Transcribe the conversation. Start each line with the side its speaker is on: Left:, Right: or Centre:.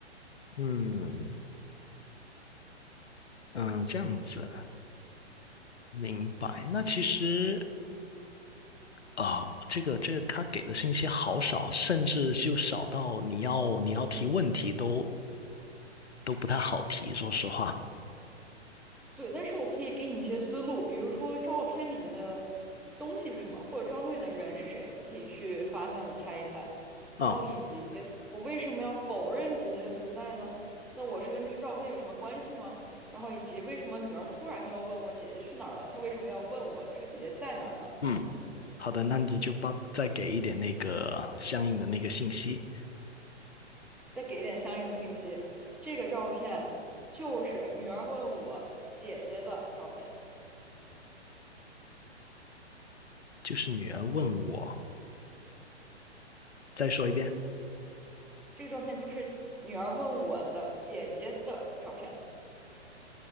Left: 嗯嗯，这样子明白。那其实啊、这个这个他给的信息好少，甚至就少到你要你要提问题都都不太好提，说实话。
Centre: 对，但是我可以给你一些思路，比如说照片里面的东西是什么，或者照片里的人是谁，你可以去发散的猜一猜。
Left: 啊，
Centre: 然后以及我为什么要否认姐姐的存在呢？那我是跟这个照片有什么关系吗？然后以及为什么女儿突然就要问我姐姐去哪儿了？她为什么要问我这个姐姐在哪儿呢？
Left: 嗯，好的，那你就帮再给一点那个相应的那个信息，
Centre: 再给点相应的信息。这个照片就是女儿问我姐姐的照片，
Left: 就是女儿问我，再说一遍，
Centre: 这个照片就是女儿问我的姐姐的照片。